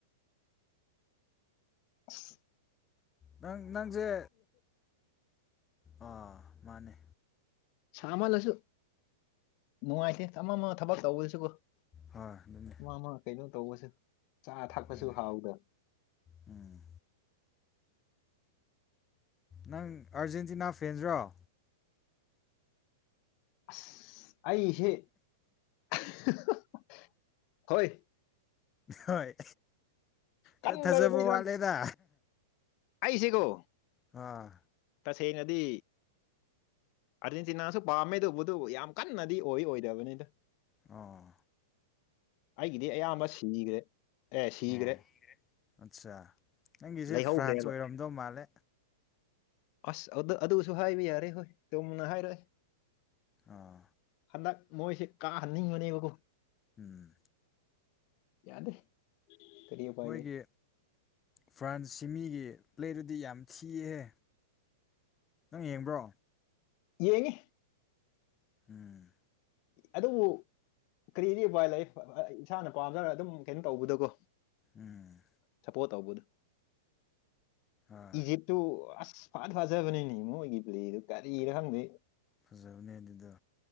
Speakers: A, on the left (about 45°); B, on the left (about 25°).
A: ꯑꯁ
B: ꯅꯪ ꯅꯪꯖꯦ ꯑꯥ ꯃꯥꯅꯤ
A: ꯁꯥꯃꯜꯂꯁꯨ ꯅꯨꯡꯉꯥꯏꯇꯦ ꯑꯃꯃꯥ ꯊꯕꯛ ꯇꯧꯕꯁꯤꯀꯣ
B: ꯍꯣꯏ ꯑꯗꯨꯅꯦ
A: ꯑꯃꯥ ꯑꯃꯥ ꯀꯩꯅꯣ ꯇꯧꯕꯁꯦ ꯆꯥ ꯊꯛꯄꯁꯨ
B: ꯑꯗꯨꯅꯦ
A: ꯍꯥꯎꯗ
B: ꯎꯝ ꯅꯪ ꯑꯥꯔꯖꯦꯟꯇꯤꯅꯥ ꯐ‌ꯦꯟꯖꯂ‌ꯣ
A: ꯑꯁ ꯑꯩꯁꯤ <unintelligible> ꯍꯣꯏ
B: ꯍꯣꯏ
A: ꯀꯟꯕꯗꯗꯤ
B: ꯈꯔ ꯊꯥꯖꯕ ꯋꯥꯠꯂꯦꯗ
A: ꯑꯩꯁ‌ꯦꯀꯣ
B: ꯑꯥ
A: ꯇꯁꯦꯡꯅꯗꯤ ꯑꯥꯔꯖꯦꯟꯇꯤꯅꯥꯁꯨ ꯄꯥꯝꯃꯦ ꯗꯨꯕꯨꯗꯨ ꯌꯥꯝ ꯀꯟꯅꯗꯤ ꯑꯣꯏ ꯑꯣꯏꯗꯕꯅꯤꯗ
B: ꯑꯣ
A: ꯑꯩꯒꯤꯗꯤ ꯑꯌꯥꯝꯕ ꯁꯤꯅꯤꯈ꯭ꯔꯦ ꯑꯦ ꯁꯤꯒ꯭ꯔꯦ
B: ꯑꯣ ꯑꯠꯆꯥ ꯅꯪꯒꯤꯁꯦ
A: ꯂꯩꯍꯧꯈ꯭ꯔꯦꯕ
B: ꯐ꯭ꯔꯥꯟꯁ ꯑꯣꯏꯔꯝꯗꯧ ꯃꯥꯜꯂꯦ
A: ꯑꯁ ꯑꯗꯨ ꯑꯗꯨꯁꯨ ꯍꯥꯏꯕ ꯌꯥꯔꯦ ꯍꯣꯏ ꯆꯨꯝꯅ ꯍꯥꯏꯔꯛꯑꯦ
B: ꯑꯥ
A: ꯍꯟꯅꯛ ꯃꯣꯏꯁꯦ ꯀꯥꯍꯟꯅꯤꯡꯕꯅꯦꯕꯀꯣ
B: ꯎꯝ
A: ꯌꯥꯗꯦ ꯀꯔꯤ ꯎꯄꯥꯏ
B: ꯃꯣꯏꯒꯤ
A: ꯂꯩ
B: ꯐ꯭ꯔꯥꯟꯁ ꯁꯤꯃꯤꯒꯤ ꯄ꯭ꯂꯦꯗꯨꯗꯤ ꯌꯥꯝ ꯊꯤꯍꯦ ꯅꯪ ꯌꯦꯡꯕ꯭ꯔꯣ
A: ꯌꯦꯡꯉꯤ
B: ꯎꯝ
A: ꯑꯗꯨꯕꯨ ꯀꯔꯤꯗꯤ ꯎꯄꯥꯏ ꯂꯩ ꯏꯁꯥꯅ ꯄꯥꯝꯖꯔꯒ ꯑꯗꯨꯝ ꯀꯩꯅꯣ ꯇꯧꯕꯗꯨꯀꯣ
B: ꯎꯝ
A: ꯁꯄꯣ ꯇꯧꯕꯗꯨ
B: ꯑꯥ
A: ꯏꯖꯤꯞ ꯇꯨ ꯑꯁ ꯐꯥꯠ ꯐꯥꯖꯕꯅꯤꯅꯦ ꯃꯣꯏꯒꯤ ꯄ꯭ꯂꯦꯗꯨ ꯀꯔꯤꯔ ꯈꯪꯗꯦ
B: ꯐꯖꯕꯅꯦ ꯑꯗꯨꯗ